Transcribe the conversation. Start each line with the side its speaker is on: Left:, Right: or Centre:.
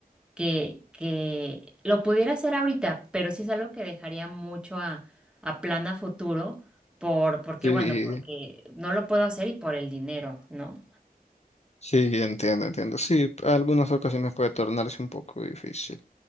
Centre: que, que lo pudiera hacer ahorita, pero sí es algo que dejaría mucho a, a plan a futuro, por, porque
Left: Sí,
Centre: bueno, porque no lo puedo hacer y por el dinero, ¿no?
Left: Sí, entiendo, entiendo. Sí, algunas ocasiones puede tornarse un poco difícil.